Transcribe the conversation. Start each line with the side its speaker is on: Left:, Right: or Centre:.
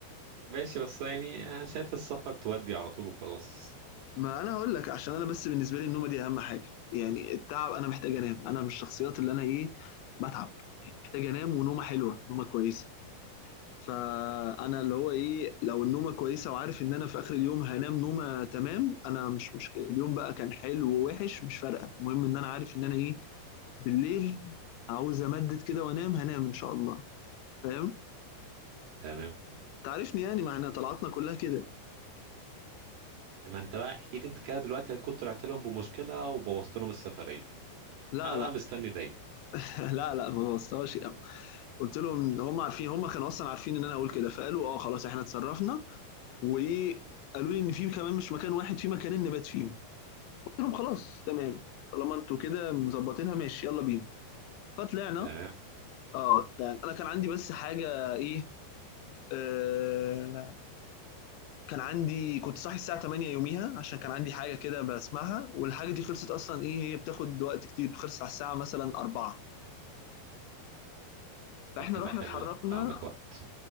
Right: ماشي بس يعني انا شايف السفر تودي على طول وخلاص
Left: ما انا هقول لك عشان انا بس بالنسبه لي النومه دي اهم حاجه يعني التعب انا محتاج انام انا من الشخصيات اللي انا ايه بتعب يعني محتاج انام ونومه حلوه نومه كويسه فانا اللي هو ايه لو النومه كويسه وعارف ان انا في اخر اليوم هنام نومه تمام انا مش مشكله اليوم بقى كان حلو ووحش مش فارقه المهم ان انا عارف ان انا ايه بالليل عاوز امدد كده وانام هنام ان شاء الله فاهم
Right: تمام
Left: تعرفني يعني ما احنا طلعتنا كلها كده
Right: ما انت بقى احكي لي انت كده دلوقتي هتكون طلعت لهم بمشكله وبوظت لهم السفريه
Left: لا
Right: انا
Left: لا
Right: بقى مستني دي
Left: <laughs> لا لا ما بوظتهاش قلت لهم هم عارفين هم كانوا اصلا عارفين ان انا اقول كده فقالوا اه خلاص احنا اتصرفنا وايه قالوا لي ان في كمان مش مكان واحد في مكانين نبات فيهم قلت لهم خلاص تمام طالما انتوا كده مظبطينها ماشي يلا بينا فطلعنا
Right: تمام
Left: اه طلعنا انا كان عندي بس حاجه ايه آه كان عندي كنت صاحي الساعه 8 يوميها عشان كان عندي حاجه كده بسمعها والحاجه دي خلصت اصلا ايه هي بتاخد وقت كتير خلصت على الساعه مثلا 4 فاحنا
Right: طب كده
Left: رحنا
Right: حلو
Left: اتحركنا
Right: انت عندك وقت